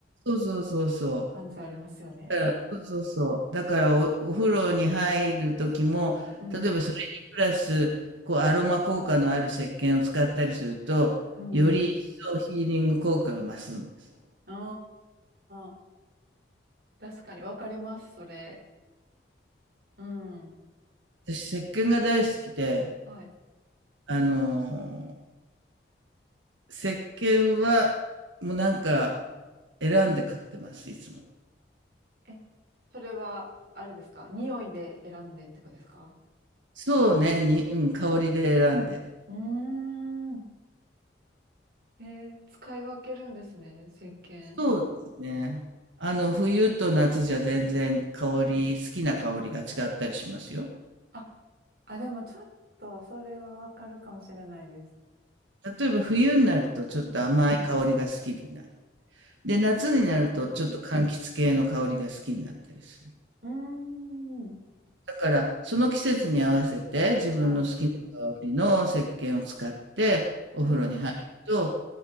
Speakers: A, on the right; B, on the right.
A: そうそうそうそう。
B: 感じありますよね。
A: だから、そうそうそう。だからお、お風呂に入る時も、
B: うん。
A: 例えばそれにプラス、こう、アロマ効果のある石鹸を使ったりすると、
B: うんうん。
A: より一層ヒーリング効果が増すんです。
B: ああ。確かに、わかります、それ。うん。
A: 私、石鹸が大好きで、
B: はい。
A: あの石鹸は、もうなんか、選んで買ってます、いつも。
B: え、それは、あれですか匂いで選んでってことですか
A: そうね、に、うん、香りで選んで。
B: うーん。えー使い分けるんですね、石鹸。
A: そうですね。あの、冬と夏じゃ全然香り、好きな香りが違ったりしますよ。
B: あ、あ、でもちょっと、それはわかるかもしれないです。
A: 例えば冬になるとちょっと甘い香りが好きになる。
B: うん。
A: で、夏になるとちょっと柑橘系の香りが好きになったりする。
B: うんうん。うーん。
A: だから、その季節に合わせて、自分の好きな香りの石鹸を使って、
B: はい。
A: お風呂に入ると、
B: はい。